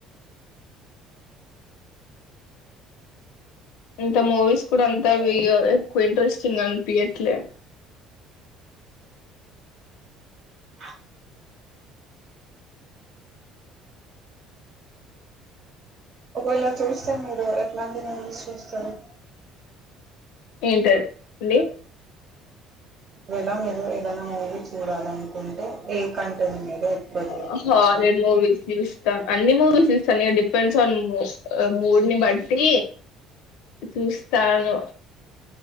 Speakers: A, on the left (about 80°); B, on the right (about 35°).
A: ఇంత మూవీస్ కూడా అంత ఎక్కువ ఇంట్రెస్టింగ్ అనిపియట్లే
B: ఆ ఒకవేళ చూస్తా మీరు ఎట్లాంటి మీలీస్ చూస్తారు
A: ఏంట అండి
B: ఇక్కడ ఎలా మీరు ఏదనా మూవీ చూడాలనుకుంటే ఏ కంటెంట్ మీద ఎక్కువ చూ
A: హ
B: చూస్తారు?
A: రే మూవీస్ తీల్స్తా అన్ని మూవీస్ ఇస్తాను ఇ డిపెండ్స్ ఆన్ మూడ్ని బట్టి చూస్తాను